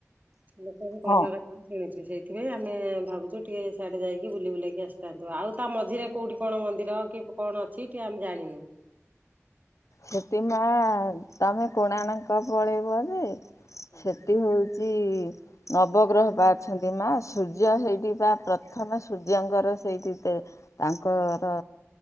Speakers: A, on the right; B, on the left.
A: ଲୋକଙ୍କୁ କହିବା
B: ହଁ
A: କଥା ମୁଁ ଶୁଣିଛି। ସେଇଥିପାଇଁ ଆମେ ଭାବୁଛୁ ଟିକେ ସିଆଡ଼େ ଯାଇକି ବୁଲି ବୁଲେଇକି ଆସିଥାନ୍ତୁ ଆଉ ତା ମଝିରେ କଉଁଠି କଣ ମନ୍ଦିର କି କଣ ଅଛି ଟିକିଏ ଆମେ ଜାଣିନୁ।
B: ସେଥିମା ତମେ କୋଣାର୍କ ପଳେଇବ ଯେ
A: ହୁଁ
B: ସେଠି ହଉଛି ନବଗ୍ରହ ବା ଅଛନ୍ତି ମା ସୂର୍ଯ୍ୟ ସେଇଠି ବା ପ୍ରଥମ ସୂର୍ଯ୍ୟଙ୍କର ସେଇଠି ତାଙ୍କର